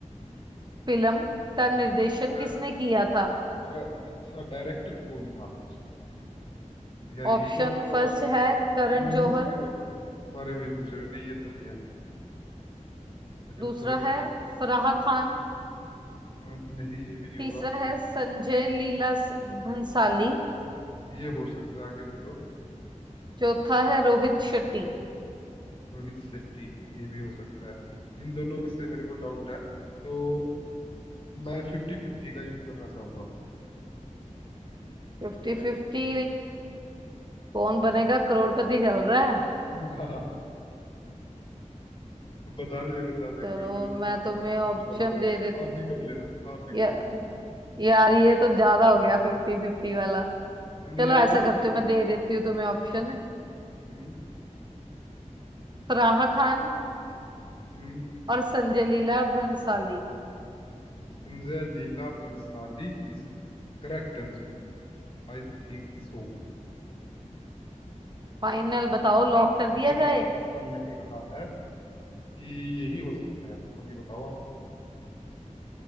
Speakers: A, on the right; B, on the left.
A: फिल्म का निर्देशन
B: मैं
A: किसने किया था
B: अरे अच्छा डायरेक्टर कौन था उसका यार ये
A: ऑप्शन
B: तो मतलब
A: फर्स्ट
B: आप
A: है करण
B: मूवीज
A: जौहर
B: के बारे, बारे में ही पूछ रहे हो नहीं ये तो नहीं है आगे
A: दूसरा
B: चलो
A: है फराह खान
B: अ, नहीं ये भी नहीं होगा
A: तीसरा है संजय लीला स- भंसाली
B: ये हो सकता है आगे बोलो
A: चौथा है रोहित शेट्टी
B: रोहित शेट्टी ये भी हो सकता है इन दोनों में से मेरे को डाउट है तो मैं फिफ्टी फिफ्टी का यूज करना चाहूंगा
A: Fifty fifty कौन बनेगा करोड़पति चल रहा है
B: <laughs> हाँ बता दे बता दे
A: चलो
B: कोई नहीं
A: मैं
B: ये
A: तुम्हें
B: फिफ्टी
A: ऑप्शन
B: फिफ्टी वाला रूल
A: दे देती
B: आप भी कर लेना आप भी
A: या,
B: कर लेना
A: यार ये तो ज्यादा हो गया फिफ्टी फिफ्टी वाला
B: नहीं
A: चलो
B: आप
A: ऐसा
B: भी
A: करती
B: कर लेना
A: हूँ मैं दे
B: ना
A: देती हूँ तुम्हें ऑप्शन
B: हम्म
A: फराह खान
B: हम्म
A: और संजय लीला भंसाली
B: Sanjay Leela Bhansali is correct answer I think so
A: फाइनल बताओ लॉक कर दिया
B: मेरे को
A: जाए
B: ऐसा लग रहा है कि यही हो सकता है बाकी बताओ आप